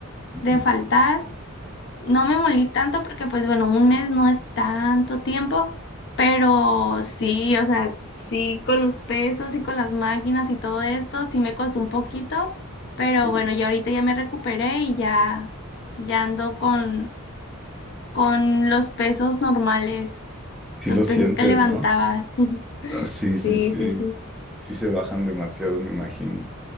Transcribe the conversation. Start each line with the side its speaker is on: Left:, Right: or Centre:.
Centre: Ujú.
Left: de faltar, No me molí tanto porque, pues bueno, un mes no es tanto tiempo, pero sí, o sea, sí, con los pesos y con las máquinas y todo esto, sí me costó un poquito, pero
Centre: Sí,
Left: bueno, ya ahorita ya me recuperé y ya, ya ando con, con los pesos normales,
Centre: sí
Left: los
Centre: lo
Left: pesos
Centre: sientes,
Left: que levantaba.
Centre: ¿no? Ah, sí,
Left: Sí,
Centre: sí, sí.
Left: sí, sí.
Centre: Sí se bajan demasiado, me imagino.